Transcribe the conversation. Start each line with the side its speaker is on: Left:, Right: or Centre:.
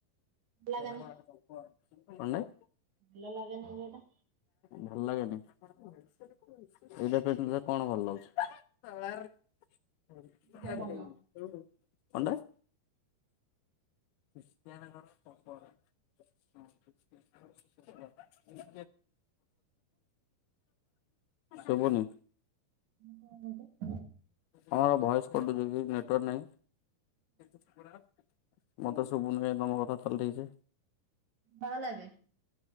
Right: ଭଲ ଲାଗେନି।
Left: <unintelligible> ମାନେ।
Right: ଭଲ ଲାଗୁନି ସେଟା।
Left: ଭଲ ଲାଗେନି, ଏଇଟା କେମିତି କଣ ଭଲ ଲାଗୁଛି। <unintelligible>
Right: ମୋ ମନ
Left: କଣ ଟାଏ। ଖ୍ରୀଷ୍ଟିୟାନ <unintelligible> ଶଭୁନି।
Right: କଣ କହିଲୁ।
Left: ହଁ ଭଏସ କଟୁଛି କି ନେଟୱାର୍କ ନାହିଁ। <unintelligible> ମତେ ଶୁଭୁନି କାଇ ତମ କଥା ତାଲିଠଇଛେ।
Right: ଭାହାଲ ଏବେ।